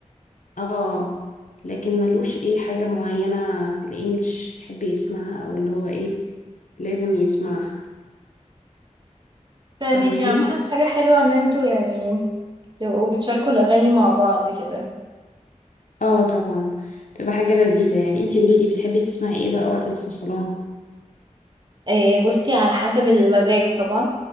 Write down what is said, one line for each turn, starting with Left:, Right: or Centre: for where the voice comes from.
Left: اه لكن ملوش ايه حاجة معينة في الانجليش يحب يسمعها او اللي هو ايه لازم يسمعها
Right: فاهمك
Left: فاهماني
Right: يا عامة حاجة حلوة ان انتوا يعني تبقوا بتشاركوا الاغاني مع بعض كده
Left: اه طبعا تبقى حاجة لذيذة يعني انتي قولي لي بتحبي تسمعي ايه بقى وقت الفصلان
Right: آه، بصي على حسب المزاج طبعا